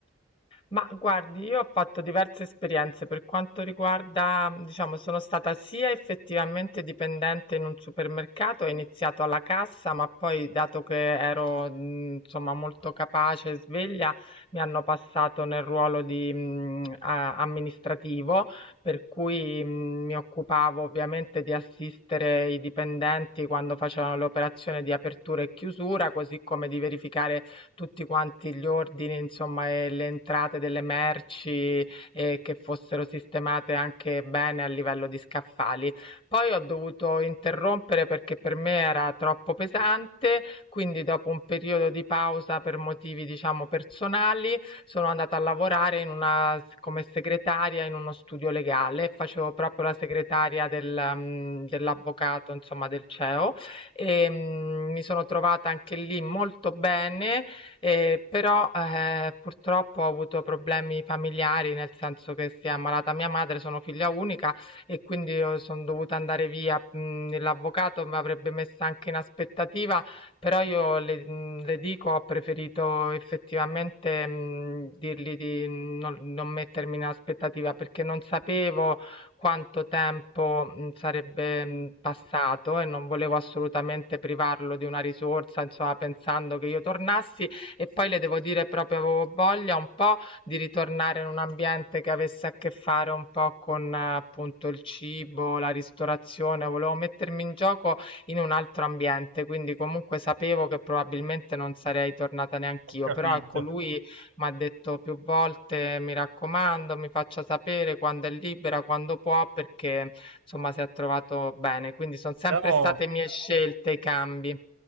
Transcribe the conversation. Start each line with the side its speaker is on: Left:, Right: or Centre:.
Left: Ma guardi, io ho fatto diverse esperienze per quanto riguarda, diciamo, sono stata sia effettivamente dipendente in un supermercato, ho iniziato alla cassa, ma poi dato che ero, mh, insomma, molto capace e sveglia, mi hanno passato nel ruolo di, mh, a- amministrativo, per cui mh, mi occupavo ovviamente di assistere i dipendenti quando facevano le operazioni di apertura e chiusura, così come di verificare tutti quanti gli ordini, insomma, e le entrate delle merci e che fossero sistemate anche bene a livello di scaffali. Poi ho dovuto interrompere perché per me era troppo pesante, quindi dopo un periodo di pausa per motivi, diciamo, personali, sono andata a lavorare in una, come segretaria in uno studio legale, facevo proprio la segretaria del, mm, dell'avvocato, insomma, del CEO e mm, mi sono trovata anche lì molto bene eh, però eh, purtroppo ho avuto problemi familiari, nel senso che si è ammalata mia madre, sono figlia unica e quindi io sono dovuta andare via. Mm, L'avvocato mi avrebbe messa anche in aspettativa, però io le, mm, le dico, ho preferito effettivamente mm, dirgli di non, non mettermi in aspettativa perché non sapevo quanto tempo mh, sarebbe mh, passato e non volevo assolutamente privarlo di una risorsa, insomma, pensando che io tornassi e poi le devo dire proprio avevo voglia un po' di ritornare in un ambiente che avesse a che fare un po' con appunto il cibo, la ristorazione, volevo mettermi in gioco in un altro ambiente, quindi comunque sapevo che probabilmente non sarei tornata neanch'io,
Right: Ho capito.
Left: però ecco lui mi ha detto più volte mi raccomando, mi faccia sapere quando è libera, quando può, perché insomma si è trovato bene, quindi sono sempre
Right: Però
Left: state mie scelte i cambi.